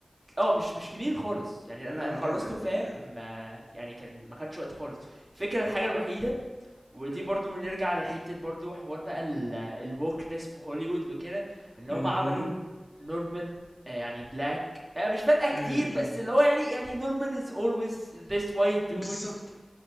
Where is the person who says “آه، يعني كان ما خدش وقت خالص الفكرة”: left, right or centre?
Right